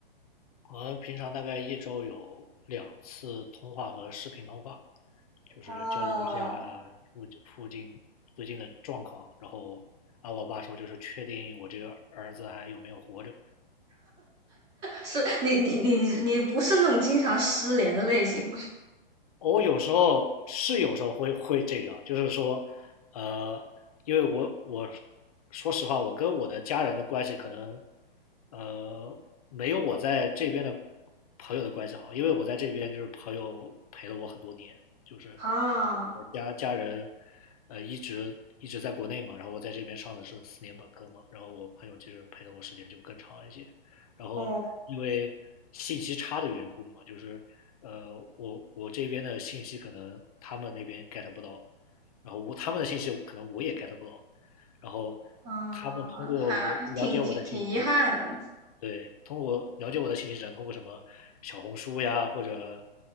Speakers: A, on the left; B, on the right.
A: 我们平常大概一周有两次通话和视频通话，就是交流一下附附近最近的状况。
B: 哦，
A: 然后啊，我爸说就是确定我这个儿子还有没有活着。
B: 是你你你你不是那种经常失联的类型吧？
A: 我有时候是有时候会会这样，就是说，呃，因为我我说实话，我跟我的家人的关系可能，呃，没有我在这边的朋友的关系好，因为我在这边就是朋友陪了我很多年，就是
B: 啊，
A: 我家家人，呃，一直一直在国内嘛，然后我在这边上的是四年本科嘛，然后我朋友其实陪了我时间就更长一些，然后因为信息差的缘故嘛，
B: 哦，
A: 就是呃，我我这边的信息可能他们那边 get 不到，然后我他们的信息可能我也 get 不到，然后他们通过我了解我的信息，
B: 啊，还挺挺挺遗憾的。
A: 对，通过了解我的信息只能通过什么小红书呀，或者